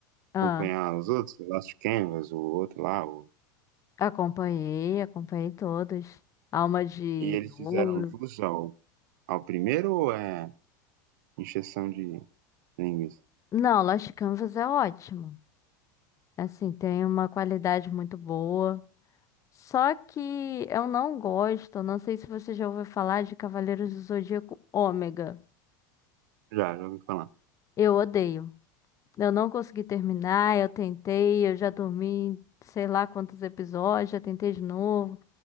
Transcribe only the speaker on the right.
acompanhar os outros, o Last Canvas, o outro lá, o...
e eles fizeram
jus ao, ao primeiro ou é encheção de linguiça?
Já, já ouvi falar.